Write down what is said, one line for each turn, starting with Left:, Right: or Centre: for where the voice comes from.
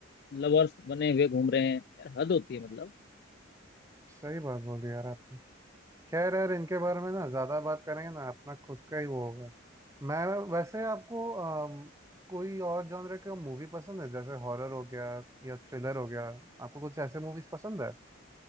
Left: लवर्स बने हुए घूम रहे हैं यार हद होती है मतलब
Right: सही बात बोली यार आपने खैर यार इनके बारे में ना ज्यादा बात करेंगे ना अपना खुद का ही वो होगा मैं वैसे आपको अम, कोई और जॉनर का मूवी पसंद है जैसे हॉरर हो गया या थ्रिलर हो गया आपको कुछ ऐसे मूवीज पसंद है